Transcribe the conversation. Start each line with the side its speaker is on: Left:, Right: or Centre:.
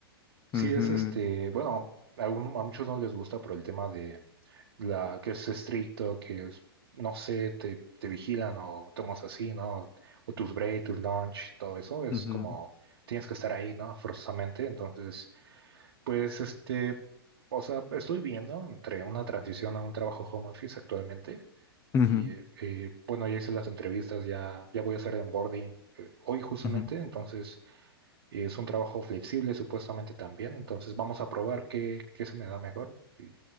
Right: Sí
Left: ahí.
Right: es este, bueno, a, alguno- a muchos no les gusta por el tema de la que es estricto, que es, no sé, te, te vigilan o tomas así, ¿no? O tus break, tus lunch, todo eso es
Left: Ujú,
Right: como tienes que estar ahí, ¿no? Forzosamente. Entonces, pues este, o sea, estoy viendo entre una transición a un trabajo home office actualmente
Left: ujú,
Right: Y, eh, bueno, ya hice las entrevistas, ya, ya voy a hacer el onboarding eh, hoy justamente,
Left: ujú.
Right: entonces eh, es un trabajo flexible supuestamente también, entonces vamos a probar qué, qué se me da mejor y